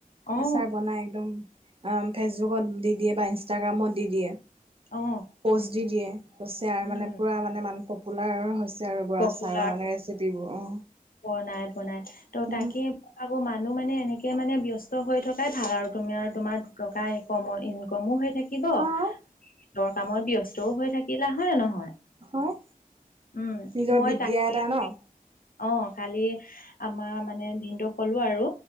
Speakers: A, on the left; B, on the right.
A: অ
B: আচাৰ বনাই একদম ফেচবুকত দি দিয়ে বা ইনষ্টাগ্ৰামত দি দিয়ে।
A: অ
B: পষ্ট দি দিয়ে পছে আৰু
A: উম
B: মানে পুৰা মানে মান পপুলাৰ হৈছে। আৰু বৰ
A: পপুলাৰ
B: আচাৰৰ মানে ৰেচিপিবোৰ অ।
A: বনাই বনাই ত'
B: উম,
A: তাকে প্ৰভাৱ মানুহ মানে এনেকে মানে ব্যস্ত হৈ থকাই ভাল আৰু তুমি আৰু তোমাৰ দুটকা কমৰ ইনকমো হৈ থাকিব। তুমি
B: অ',
A: নিজৰ কামত ব্যস্তও হৈ থাকিলা হয় নে নহয়?
B: হয়
A: উম
B: নিজৰ
A: মই
B: বিদ্যা
A: তাকে
B: এটা ন'
A: অ কালি আমাৰ মানে ভিনদু কলো আৰু